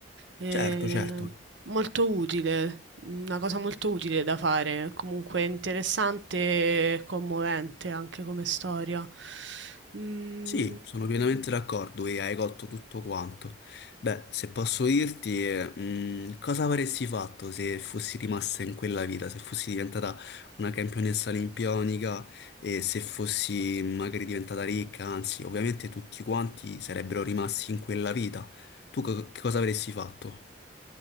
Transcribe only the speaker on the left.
Certo, certo.
Sì, sono pienamente d'accordo e hai colto tutto quanto. Beh, se posso dirti, eh, mh, cosa avresti fatto se fossi rimasta in quella vita, se fossi diventata una campionessa olimpionica e se fossi magari diventata ricca, anzi, ovviamente tutti quanti sarebbero rimasti in quella vita. Tu co- che cosa avresti fatto?